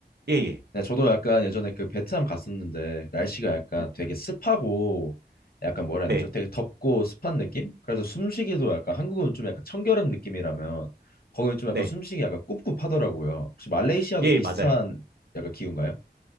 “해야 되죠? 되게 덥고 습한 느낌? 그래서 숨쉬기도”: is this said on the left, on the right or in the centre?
Left